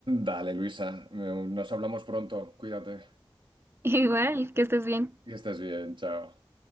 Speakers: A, on the right; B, on the right.
A: Dale, Luisa, eh, nos hablamos pronto, cuídate,
B: <laughs> Igual, que estés bien.
A: que estés bien, chao.